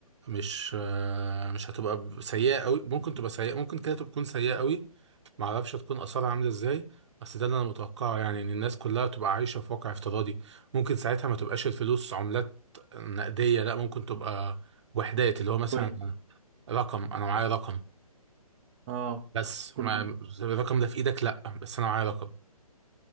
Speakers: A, on the right; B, on the right.
A: مش آه، مش هتبقى ب- سيئة قوي ممكن تبقى سيئة ممكن كده تكون سيئة قوي ما اعرفش هتكون اثارها عاملة ازاي بس ده اللي انا متوقعه يعني ان الناس كلها تبقى عايشة في واقع افتراضي ممكن ساعتها ما تبقاش الفلوس عملات نقدية لا ممكن تبقى وحدات اللي هو مثلا
B: كوين
A: رقم انا معايا رقم
B: اه
A: بس
B: كل
A: ما الرقم ده في ايدك لا بس انا معايا رقم